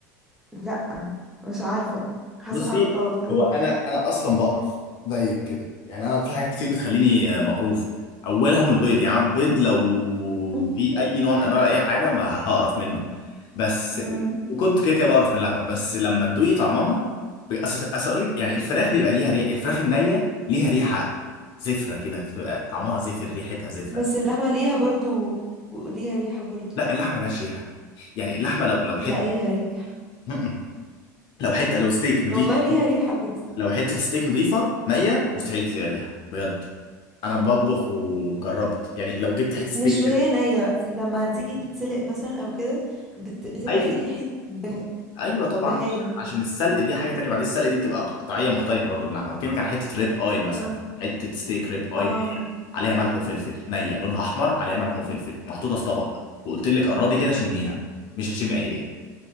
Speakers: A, in the centre; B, on the left.
A: لا مش عارفة حاسة
B: بصي
A: بحاجة غلط كده
B: هو انا انا اصلا بقرف زيك كده يعني انا في حاجات كتير بتخليني بقروف اولها من البيض يعني أنا البيض لو
A: <laughs>
B: في اي نوع من انواع اي حاجه ما هقرف منه بس
A: امم
B: وكنت كده كده بقرف من اللحمه بس لما تدوقي طعمها اصل اقول لك يعني الفراخ بيبقى ليها ريحه الفراخ النيه ليها ريحه زفره كده بتبقى طعمها زفر ريحتها زفره
A: بس اللحمة ليها برضو ليها ريحة برضو
B: لا اللحمه ملهاش ريحه يعني اللحمه لو لو حته
A: لا ليها ريحة
B: م-م. لو حته لو ستيك نضيف
A: والله ليها ريحة بجد
B: لو حته ستيك نضيفه نيه مستحيل تلاقي ريحه بجد انا بطبخ وجربت يعني لو جبت حته ستيك
A: مش وهي
B: كده
A: نية لما تيجي تتسلق مثلا او كده بت... بتبقى
B: ايوه
A: في ريحة به...
B: ايوه طبعا
A: بهايم كده
B: عشان السلق دي حاجه تانية بعدين السلق دي بتبقى قطعيه مختلفه برضو باللحمه بكلمك على حته ريب اي مثلا
A: اه
B: حته ستيك ريب اي
A: اه
B: نية. عليها ملح وفلفل نيه لونها احمر عليها ملح وفلفل محطوطه في طبق وقلت لك قربي كده شميها مش هتشمي اي ريحه